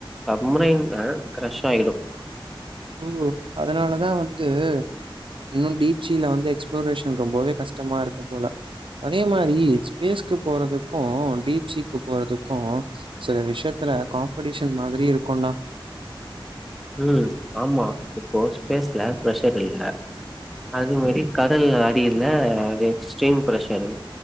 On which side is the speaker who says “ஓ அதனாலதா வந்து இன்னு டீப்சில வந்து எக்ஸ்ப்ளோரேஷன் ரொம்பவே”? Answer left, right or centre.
Right